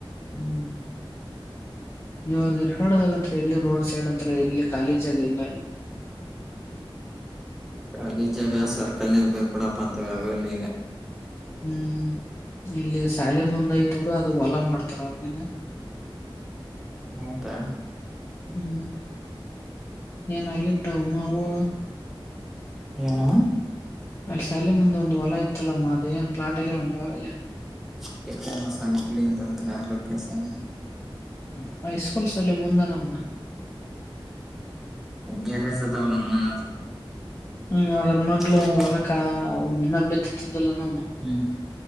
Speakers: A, on the left (about 30°); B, in the centre.
A: ಹೂ ಇವಾಗ ಎರ್ ಕಾಡದಾಗಂತ ಎಲ್ಲಿ ರೋಡ್ ಸೈಡ್ ಅಂತ ಎಲ್ಲಿ ಕಾಲೇಜ್ ಆಗ ಇಲ್ಲ ಅಲ್ಲಿ
B: ಖಾಲಿ ಜಾಗ ಸರ್ಕಲ್ ನಾಗ ಬೈ ಪಡಪ್ಪ ಅಂತ್ಯಾವಲ್ಲ ಈಗ
A: ಹೂ ಇಲ್ಲಿ ಶಾಲೆ ಮುಂದ್ಯ್ತು ಬಿಡು ಅದು ಹೊಲಾ ಮಾಡ್ತಾರ ಒಟ್ಲಿನ
B: ಹೌದಾ
A: ಹೂ ಏನಾಗಿಟ್ಟವು ಮಾವು
B: ಏನಮ್ಮ
A: ಅಲ್ಲಿ ಸಾಲೆ ಮುಂದ್ ಒಂದು ಹೊಲ ಇತ್ತಲ್ಲಮ್ಮ ಅ ಏನ್ ಪ್ಲಾಟ್ ಆಗ್ಯ ಇವಾಗಲ್ಲಿ
B: <unintelligible>
A: ಹ <unintelligible> ಅಲ್ಲೇ ಮುಂದ ನಮ್ದು.
B: <unintelligible>
A: <unintelligible>
B: ಹ್ಮ್ ಹ್ಮ್